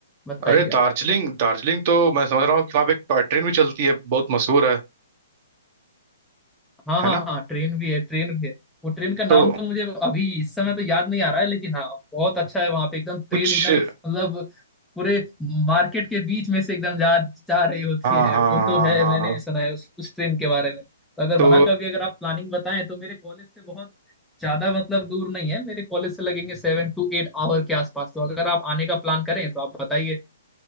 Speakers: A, in the centre; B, on the right.
A: बताइए
B: अरे दार्जिलिंग दार्जिलिंग तो मैं समझ रहा हूँ कि वहाँ पे एक टॉय ट्रेन भी चलती है बहुत मशहूर है
A: हाँ
B: है
A: हाँ
B: ना
A: हाँ ट्रेन भी है ट्रेन भी है वो ट्रेन का नाम
B: तो
A: तो मुझे अभी इस समय तो याद नहीं आ रहा है लेकिन हाँ बहुत अच्छा है वहां पे एकदम
B: कुछ
A: ट्रेन एकदम मतलब पूरे मार्केट के बीच में से एकदम जा जा रही होती
B: हाँ
A: है
B: हाँ
A: वो तो
B: हाँ
A: है
B: हाँ
A: मैंने
B: हाँ।
A: भी सुना है उस, उस ट्रेन के बारे में तो अगर
B: तो
A: वहां का भी अगर आप प्लानिंग बताएं तो मेरे कॉलेज से बहुत ज्यादा मतलब दूर नहीं है मेरे कॉलेज से लगेंगे सेवन टू एट आवर के आसपास तो अगर आप आने का प्लान करें तो आप बताइए